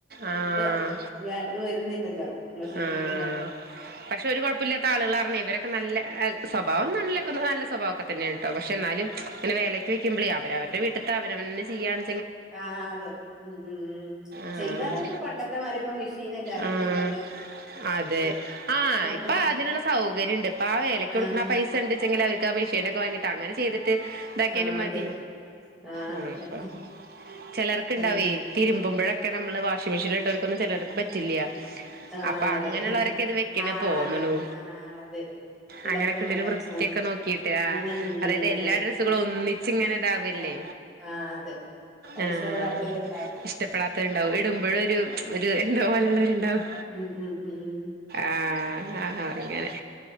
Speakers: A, on the right; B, in the centre.
A: ആഹ്
B: ബ്ത വ്യാ ത് വരുന്നണ്ടല്ലോ മ്മടെ ശരീരത്തിന്ന്.
A: ആഹ് പക്ഷെ ഒരു കുഴപല്ലാത്ത ആളുകളറിഞ് ഇവരൊക്കെ നല്ല ഏഹ് സ്വഭാവം ന്ന നല്ല <unintelligible> നല്ല സ്വാവംക്കെ തന്നെണ് ട്ടോ പക്ഷെ ന്നാലും ങ്ങനെ വേലയ്ക്ക് ക്യുമ്പളേ അവര അവര്ടെ വീട്ട്ത്തെ അവനവന്നെ ചെയ്യാണ്
B: ആഹ് അതെ ഉം ഉം ഉം
A: ആഹ്
B: ചെയ്താ തന്നെപ്പ പണ്ടത്തെമാതിരിപ്പ മെഷീൻ എല്ലെ അലക്ക
A: ആഹ്
B: ഉം പിൻ
A: അതെ ആഹ് ഇപ്പൊ
B: മോ
A: അതിനുള്ള സൗകര്യംണ്ട് ഇപ്പൊ ആ വേലക്ക് കൊടുക്ണ
B: ആഹ് ആഹ്
A: പൈസണ്ട് ച്ചെങ്കില് അവർക്ക് അ മെഷീനക്കെ വാിങ്ങിട്ട് അങ്ങനെ ചെയ്തിട്ട് ഇതാക്ക്യാലും
B: ആഹ് അതെ
A: മതി
B: ആഹ്
A: ഉം
B: അതെ
A: ഇപ്പ ചെലർക്ക് ഇണ്ടാവേയ്
B: ഉം
A: തിരുമ്പുമ്പോഴൊക്കെ നമ്മള് വാഷിംഗ് മെഷീനിൽ ഇട്ടവർക്കൊന്നും ചെലർക്ക് പറ്റില്ല
B: ആഹ്
A: അപ്പ
B: അതെ
A: അങ്ങന ഇള്ളവരൊക്കെ ഇത് വെക്ക്ണ്
B: ആഹ്
A: തോന്ന്ണു
B: അതെ ആഹ് അതെ പിള്ളേർക്ക്
A: അങ്ങനെ <unintelligible> ഒരു
B: പറ്റ
A: വൃത്തിയൊക്കെ നോക്കീട്ടെ. ആഹ്
B: ഉം ഉം ഉം
A: അതായത്
B: ഉം.
A: എല്ലാ
B: അതെ
A: ഡ്രസ്സുകളും ഒന്നിച്ച് ഇങ്ങനെ ഇതാവല്ലേ
B: ആഹ് ആഹ് അതെ അത്
A: ആഹ്
B: ഇഷ്ടപ്പെടാത്തവരുണ്ടാകും
A: ഇഷ്ടപ്പെടാത്തവര് ഇണ്ടാവും ഇടുമ്പഴു ഒരു ഒര് എന്ത
B: ഉം
A: പോലെയുള്ളവര് ഇണ്ടാവും
B: ഉം ഉം ഉം ഉം
A: ആഹ് ആഹ് അങ്ങനെ